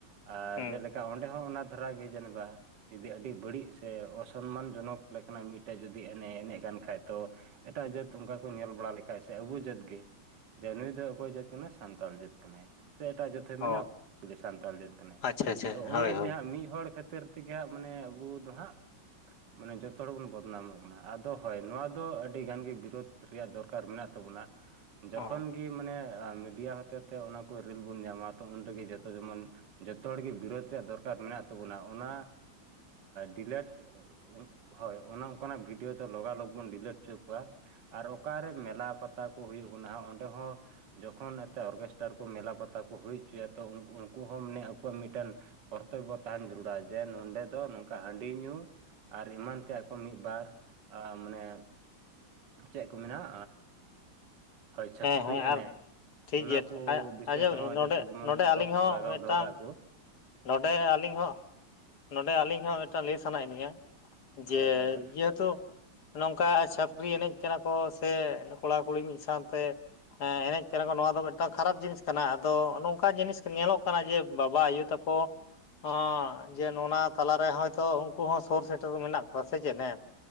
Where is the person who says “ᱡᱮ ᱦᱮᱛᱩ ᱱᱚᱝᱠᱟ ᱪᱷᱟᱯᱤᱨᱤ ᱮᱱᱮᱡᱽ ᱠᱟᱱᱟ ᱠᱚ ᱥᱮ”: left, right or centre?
Left